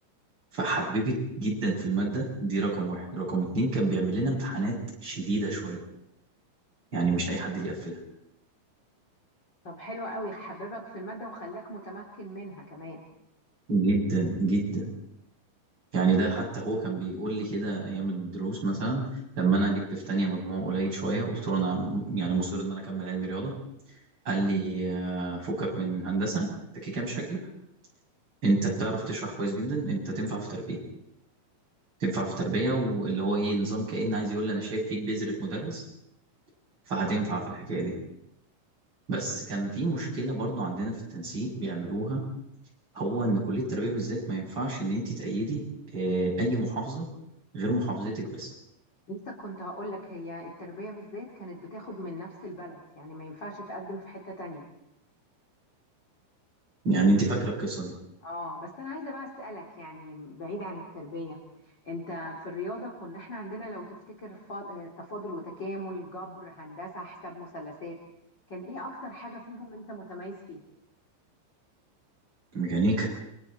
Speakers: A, on the right; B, on the left.
A: فحببك جدا في المادة دي رقم واحد رقم اتنين كان بيعمل لنا امتحانات شديدة شوية يعني مش اي حد اللي يقفلها
B: طب حلو قوي حببك في المادة وخلاك متمكن منها كمان
A: جدا جدا يعني ده حتى هو كان بيقول لي كده ايام الدروس مثلا لما انا جبت في تانية مجموع قليل شوية قلت له انا يعني مصر ان انا اكمل علمي رياضة قال لي آه، فكك من هندسة انت كده كده مش هتجيبها انت بتعرف تشرح كويس جدا انت تنفع في تربيه تنفع في تربيه واللي هو ايه نظام كأن عايز يقول لي انا شايف فيك بذرة مدرس فهتنفع في الحكايه دي بس كان في مشكله برضو عندنا في التنسيق بيعملوها هو ان كليه التربيه بالذات ما ينفعش ان انت تأيدي اه، اي محافظه غير محافظتك بس
B: لسه كنت هقولك هي التربية بالذات كانت بتاخد من نفس البلد يعني ما ينفعش تقدم في حتة تانية
A: يعني انت فاكره القصه دي
B: اه بس انا عايزه بقى اسالك يعني بعيد عن التربيه انت في الرياضه كنا احنا عندنا لو تفتكر فا- آه، تفاضل وتكامل جبر هندسه حساب مثلثات كان ايه اكتر حاجه فيهم انت متميز فيها
A: ميكانيكا